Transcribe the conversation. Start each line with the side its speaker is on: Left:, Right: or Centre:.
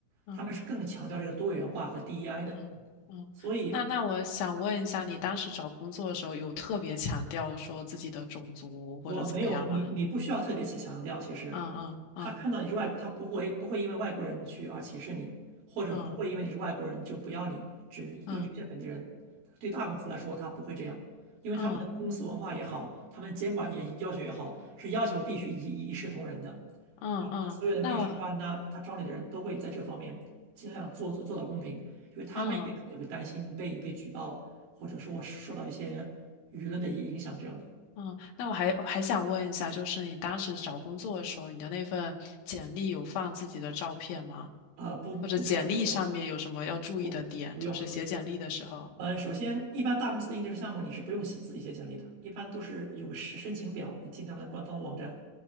Left: 嗯。
Right: 他们是更强调这个多元化和 DEI
Left: 嗯嗯，
Right: 的，所以
Left: 那那我想问一下，你当时找工作的时候有特别强调说自己的种族或者怎么样吗？
Right: 我没有你，你不需要特别强强调。其实，
Left: 嗯嗯嗯
Right: 他看到你是外国，他不会不会因为外国人去而歧视你，或者不会因为你是外国人就不要你，
Left: 嗯
Right: 只要优先本地人。
Left: 嗯
Right: 对大公司来说，他不会这样，因为他们的公司文化也好，
Left: 嗯
Right: 他们监管也要求也好，是要求必须一一视同仁的。
Left: 嗯嗯，
Right: 然后呢，所有的面试官呢，
Left: 嗯那我
Right: 他招你的人都会在这方面尽量做做做到公平，因为他们也可能也会担心被被举报，
Left: 嗯
Right: 或者说受到一些舆论的影影响这样的。
Left: 嗯，那我还还想问一下，就是你当时找工作的时候，你的那份简历有放自己的照片吗？
Right: 啊不，不用，
Left: 或者简历上面有什么要注意的点？
Right: 不用，不，不用。
Left: 就是写简历的时候
Right: 呃，首先，一般大公司的届生项目你是不用写自己写简历的，一般都是有个申申请表，你进他们的官方网站，